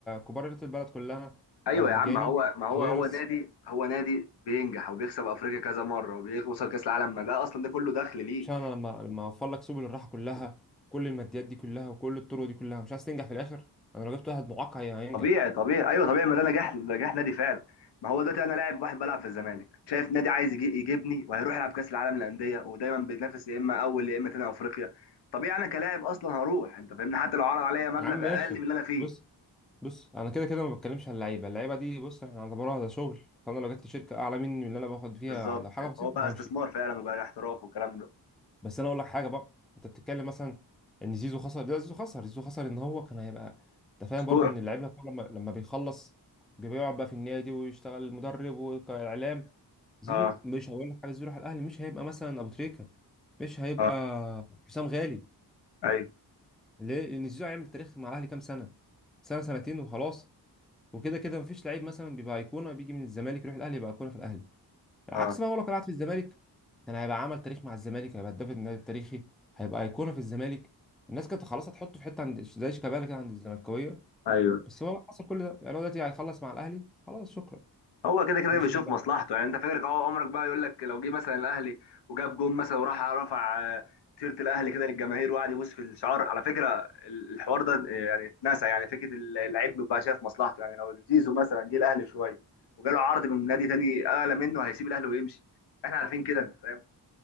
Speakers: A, in the centre; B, on the left.
A: كبار رياضه البلد كلها
B: ايوه
A: آه،
B: يا
A: عرجاني
B: عم ما هو ما هو
A: طويرس
B: هو نادي هو نادي بينجح وبيكسب افريقيا كذا مره وبيوصل كاس العالم ما ده اصلا ده كله دخل ليه
A: عشان انا لما لما اوفر لك سبل الراحه كلها كل الماديات دي كلها وكل الطرق دي كلها مش عايز تنجح في الاخر انا لو جبت واحد معاق هي- هينجح
B: طبيعي طبيعي ايوه طبيعي ما ده نجاح نجاح نادي فعلا ما هو دلوقتي انا لاعب واحد بلعب في الزمالك شايف نادي عايز يجي يجيبني وهيروح يلعب كاس العالم للانديه ودايما بيتنافس يا اما اول يا اما تاني افريقيا طبيعي انا كلاعب اصلا هروح انت فاهمني حتى لو عرض عليا مبلغ
A: يا عم ماشي
B: اقل من اللي انا فيه
A: بص بص انا كده كده ما بتكلمش على اللعيبه اللعيبه دي بص احنا هنعتبرها ده شغل فانا لو جبت شركه اعلى مني من اللي انا باخد فيها
B: بالظبط
A: لو حاجه بسيطه
B: هو بقى استثمار
A: همشي
B: فعلا وبقى احتراف والكلام ده
A: بس انا اقول لك حاجه بقى انت بتتكلم مثلا ان زيزو خسر لا زيزو خسر زيزو خسر ان هو كان هيبقى انت فاهم
B: اسطوره
A: برضو ان اللعيب كله لما لما بيخلص بيبقى يقعد بقى في النادي ويشتغل المدرب والاعلام زيزو
B: اه
A: مش هقول لك حاجه زيزو راح الاهلي مش هيبقى مثلا ابو تريكه مش هيبقى
B: اه
A: حسام غالي
B: ايوه
A: ليه لان زيزو هيعمل تاريخ مع الاهلي كام سنه سنه سنتين وخلاص وكده كده مفيش لعيب مثلا بيبقى ايقونه بيجي من الزمالك يروح الاهلي يبقى ايقونه في الاهلي العكس
B: اه
A: بقى هو لو كان قاعد في الزمالك كان هيبقى عمل تاريخ مع الزمالك هيبقى هداف النادي التاريخي هيبقى ايقونه في الزمالك الناس كانت خلاص هتحطه في حته عند زي شيكابالا كده عند الزملكاويه
B: ايوه
A: بس هو حصل كل ده يعني هو دلوقتي هيخلص مع الاهلي خلاص شكرا
B: هو كده كده
A: مش
B: بيشوف
A: هيبقى
B: مصلحته يعني انت فاكرك اهو عمرك بقى يقول لك لو جه مثلا الاهلي وجاب جون مثلا وراح رفع آه، تيشيرت الاهلي كده للجماهير وقعد يبوس في الشعار على فكره الحوار ده آه، يعني اتنسى يعني فكره اللعيب بيبقى شايف مصلحته يعني لو زيزو مثلا جه الاهلي شويه وجاله عرض من نادي تاني اعلى منه هيسيب الاهلي ويمشي احنا عارفين كده انت فاهم